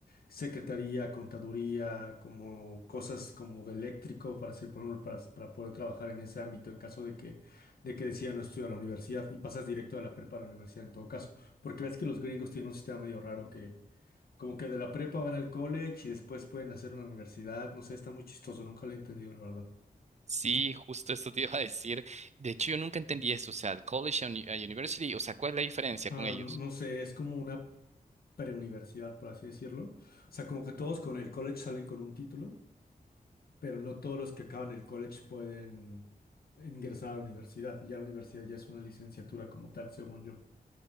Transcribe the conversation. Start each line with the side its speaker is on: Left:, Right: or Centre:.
Left: secretaría, contaduría, como cosas como de eléctrico para hacer, por ejemplo, para, para poder trabajar en ese ámbito en caso de que, de que decidan no estudiar a la universidad y pasas directo de la prepa a la universidad en todo caso. Porque ves que los gringos tienen un sistema medio raro que como que de la prepa van al college y después pueden hacer una universidad, no sé, está muy chistoso, nunca lo he entendido, la verdad.
Right: Sí, justo eso te iba a decir. De hecho, yo nunca entendí eso. O sea, el college and uni- eh, university, o sea, ¿cuál es la diferencia
Left: Ah,
Right: con ellos?
Left: no no sé, es como una preuniversidad, por así decirlo. O sea, como que todos con el college salen con un título, pero no todos los que acaban el college pueden ingresar a la universidad. Y ya la universidad ya es una licenciatura como tal, según yo.